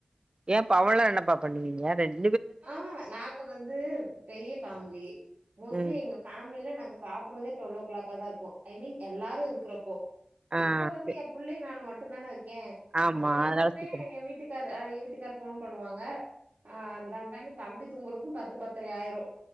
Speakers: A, on the right (about 35°); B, on the right (about 75°).
A: ஏன் பா அவள்நேரோ என்னப்பா பண்ணுவீங்க ரெண்ட்
B: ஆஹ் நாங்க வந்து பெரிய பேமிலி மோஸ்ட்லி
A: ம்
B: எங்க ஃபேமிலல நாங்க சாப்புட்றதே டுவல் ஓ கிளாக்கா தா இருக்கு ஐ மீன் எல்லாரு இருக்குறப்போ
A: ஆ
B: இப்ப வந்து
A: செரி
B: என் புள்ளையு நானு மட்டுந்தானே இருக்கே
A: ஆமா
B: அப்டி
A: அதனால
B: இருந்துமே
A: சீக்கிர
B: வீட்டுக்காரு எ வீட்டுக்கார் போன் பண்ணுவாங்க ஆ அதனால தம்பி தூங்குறக்கும் பத்து பத்தரை ஆயிரும்